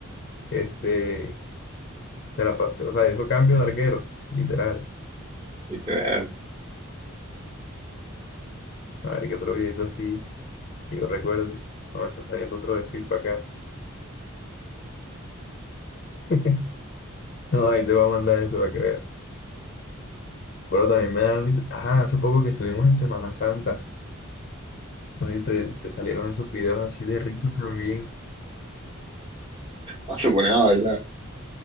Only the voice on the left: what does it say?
este, se la pasó, o sea, hizo cambio de arquero, literal.
A ver qué otro videito así, que yo recuerde. No, me está saliendo otro de FIFA acá. <laughs> No, ahí te voy a mandar eso para que veas. bueno también me da risa. Ah, hace poco que estuvimos en Semana Santa. ¿no? Y te, te salieron esos videos así de risa también.